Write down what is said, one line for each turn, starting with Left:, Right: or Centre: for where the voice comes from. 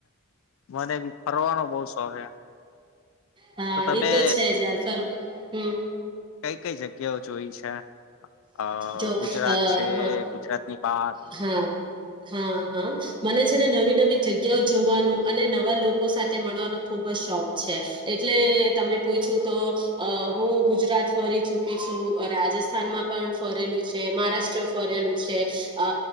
Left: મને ભી. ફરવાનો બઉ શોખ
Right: હા
Left: તો તમે
Right: એ છે જ યાર ફર હમ
Left: કઈ કઈ જગ્યાએ જોઈ છે. અ
Right: જો
Left: ગુજરાત
Right: અ
Left: છે
Right: હા
Left: ગુજરાતની બાર.
Right: હા હા હા મને છે ને નવી નવી જગ્યાઓ જોવાનું અને નવા લોકો સાથે મળવાનો ખુબ જ શોખ છે એટલે તમે પૂઇછું તો અ હું ગુજરાત ફરી ચુકી છું રાજસ્થાનમાં પણ ફરેલું છે મહારાષ્ટ્ર ફરેલું છે અ